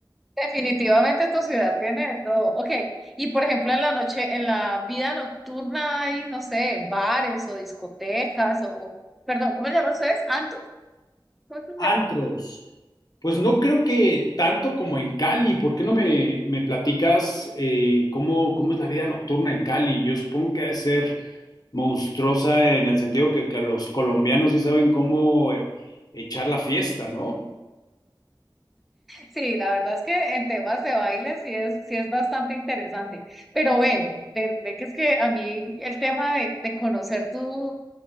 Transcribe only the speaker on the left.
Antros.
Pues no creo que tanto como en Cali. ¿Por qué no me, me platicas eh, cómo, cómo es la vida nocturna en Cali? Yo supongo que ha de ser monstruosa en el sentido que, que los colombianos sí saben cómo eh, echar la fiesta, ¿no?